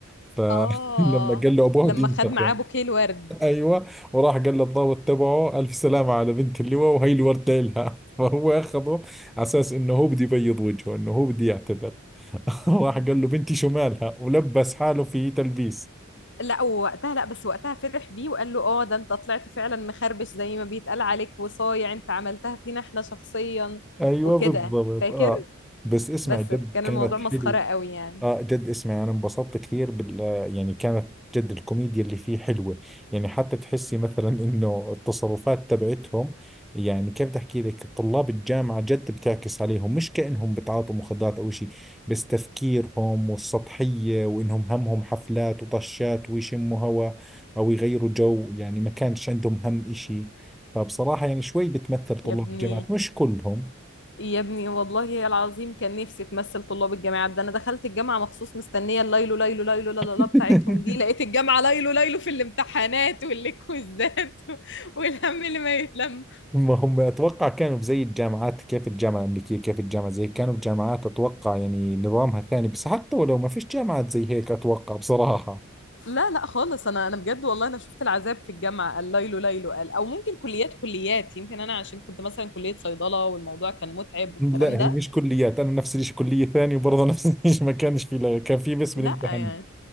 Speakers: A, in the centre; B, on the left.
A: فلما
B: اه
A: <laughs> قال له ابوه
B: لما
A: بده ينتقم
B: خد معاه بوكيه الورد
A: ايوه وراح قال للضابط تبعه الف سلامة على بنت اللواء وهي اللي ورد لها <laughs> فهو اخذه على اساس انه هو بده يبيض وجهه انه هو بده يعتذر <laughs> راح قال له بنتي شمالها ولبس حاله في تلبيس
B: لا وقتها لا بس وقتها فرح بيه وقال له اه ده انت طلعت فعلا مخربش زي ما بيتقال عليك وصايع انت عملتها فينا احنا شخصيا
A: ايوه
B: وكده
A: بالضبط
B: فاكر
A: اه بس اسمع
B: بس
A: جد
B: كان
A: كانت
B: الموضوع مسخره
A: حلوة
B: قوي يعني
A: اه جد اسمعي انا انبسطت كثير بال يعني كانت جد الكوميديا اللي فيه حلوة يعني حتى تحسي مثلا انه التصرفات تبعتهم يعني كيف بدي احكي لك طلاب الجامعة جد بتعكس عليهم مش كأنهم بتعاطوا مخدرات او شيء بس تفكيرهم والسطحية وانهم همهم حفلات وطشات ويشموا هوا او يغيروا جو يعني ما كانش عندهم هم اشي فبصراحة يعني شوي بتمثل طلاب
B: يا ابني
A: الجامعات مش كلهم
B: يا ابني والله يا العظيم كان نفسي تمثل طلاب الجامعات ده انا دخلت الجامعه مخصوص مستنيه الليلو ليلو ليلو لا لا
A: <laughs>
B: لا بتاعتهم دي لقيت الجامعه ليلو ليلو في الامتحانات والكويزات <laughs> والهم اللي ما يتلم
A: ما هم اتوقع كانوا زي الجامعات كيف الجامعه الامريكيه كيف الجامعه زي كانوا بجامعات اتوقع يعني نظامها ثاني بس حتى ولو ما فيش جامعات زي هيك اتوقع بصراحه
B: لا لا خالص انا انا بجد والله انا شفت العذاب في الجامعه الليلو ليلو قال او ممكن كليات كليات يمكن انا عشان كنت مثلا كليه صيدله والموضوع كان متعب والكلام
A: لا
B: ده
A: هي مش كليات انا نفس الشيء كليه ثانيه وبرضه <laughs> نفس الشيء ما كانش في لا- كان في بس بالامتحانات
B: لا يعني